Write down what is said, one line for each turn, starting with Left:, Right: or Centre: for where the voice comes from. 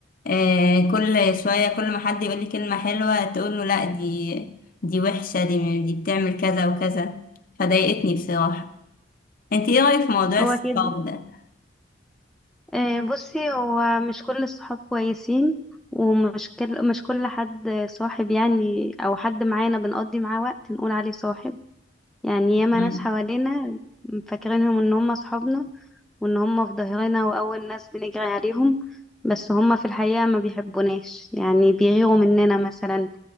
Left: آه، كل شويه كل ما حد يقول لي كلمه حلوه تقول له لا دي دي وحشه دي دي بتعمل كذا وكذا فضايقتني بصراحه انت ايه رايك في موضوع
Centre: هو
Left: الصحاب
Centre: كده
Left: ده
Centre: آه بصي هو مش كل الصحاب كويسين ومش كل مش كل حد صاحب يعني او حد معانا بنقضي معاه وقت نقول عليه صاحب يعني ياما
Left: مم.
Centre: ناس حوالينا فاكرينهم ان هم صحابنا وان هم في ظهرنا واول ناس بنجري عليهم بس هم في الحقيقة ما بيحبوناش يعني بيغيروا مننا مثلا